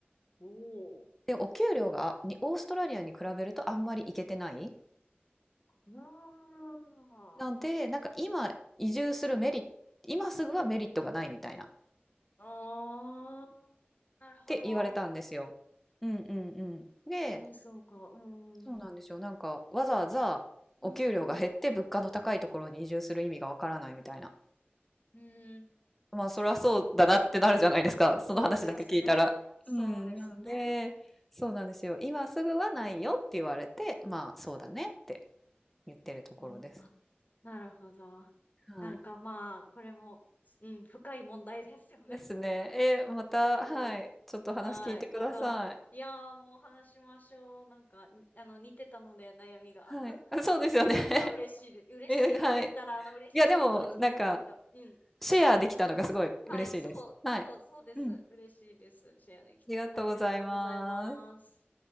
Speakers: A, on the left (about 45°); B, in the centre.
A: おー。
B: でお給料がにオーストラリアに比べるとあんまりいけてない
A: あー。
B: なんでなんか今移住するメリット今すぐはメリットがないみたいなっ
A: あー。なるほど。
B: て言われたんですよ。うんうんうん、で
A: ああ、そうか。うん。
B: そうなんですよなんかわざわざお給料が減って物価の高いところに移住する意味がわからないみたいな。
A: うん。うん。
B: まあ、それはそうだなってなるじゃないですか。その話だけ聞いたら。
A: そうですね。そうですね。
B: うん。なんんで、そうなんですよ。今すぐはないよって言われて、まあ、そうだねって言ってるところです。
A: うんうんあなるほど。
B: はい。
A: なんかまあ、これも、うん、深い問題ですよね。
B: ですね。え、また、
A: ですね。
B: はい。ちょっと話聞いてください。
A: はい。また、いやーもう話しましょう。なんか、にあの、似てたので、悩みが。
B: はい。
A: <laughs>
B: あそうですよね。
A: なんか嬉しいで、
B: <laughs>
A: 嬉しいって言ったら、
B: え、はい。
A: あの、嬉しいって言ったらちょっとおかしいけど、
B: いや、でも、なんか、
A: うん。
B: シェアできたのがすごい嬉しいです。
A: はい、そう、
B: はい。
A: そう、そうです。
B: うん。あ
A: 嬉しいです。シェアできて。
B: りがとうございます。
A: ありがとうございます。